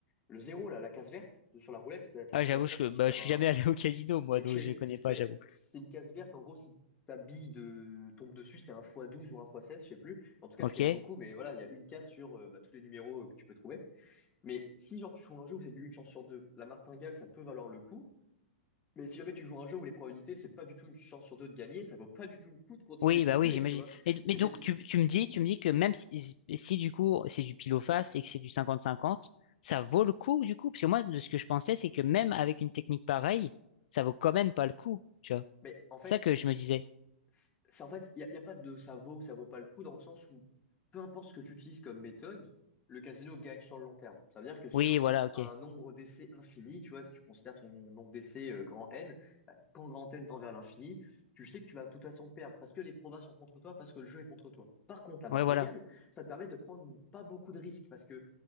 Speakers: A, on the left (about 25°); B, on the left (about 65°).
A: le zéro, là, la case verte, sur la roulette, t'as t'as
B: Ah,
A: une
B: j'avoue,
A: case verte
B: je,
A: qui
B: bah,
A: fait
B: je
A: un...
B: suis jamais <laughs> allé
A: <laughs>
B: au casino, moi,
A: Ok,
B: donc je connais pas,
A: mais
B: j'avoue.
A: c'est une case verte, en gros, si ta bille de... tombe dessus, c'est un x douze ou un x seize, je sais plus. En tout cas,
B: Ok.
A: tu gagnes beaucoup, mais voilà, il y a une case sur euh, bah, tous les numéros euh, que tu peux trouver. Mais si, genre, tu joues un jeu où c'est du une chance sur deux, la martingale, ça peut valoir le coup. Mais si jamais tu joues un jeu où les probabilités, c'est pas du tout une chance sur deux de gagner, ça vaut pas du tout le coup de continuer
B: Oui,
A: de
B: bah
A: doubler,
B: oui, j'imagine.
A: tu vois.
B: Et-
A: C'est
B: Mais donc,
A: débile.
B: tu, tu me dis, tu me dis que même si, si si du coup, c'est du pile ou face et que c'est du 50-50, ça vaut le coup, du coup? Parce que moi, de ce que je pensais, c'est que même avec une technique pareille, ça vaut quand même pas le coup, tu vois.
A: Mais en fait,
B: C'est ça que je me disais.
A: c'est en fait, il n'y a, y a pas de ça vaut ou ça vaut pas le coup dans le sens où peu importe ce que tu utilises comme méthode, le casino gagne sur le long terme. Ça veut dire que sur
B: Oui, voilà, ok.
A: un nombre d'essais infini, tu vois, si tu considères ton nombre d'essais euh, grand N, bah, quand grand N tend vers l'infini, tu sais que tu vas de toute façon perdre parce que les probas sont contre toi, parce que le jeu est contre toi. Par contre, la martingale,
B: Ouais, voilà.
A: ça te permet de prendre pas beaucoup de risques parce que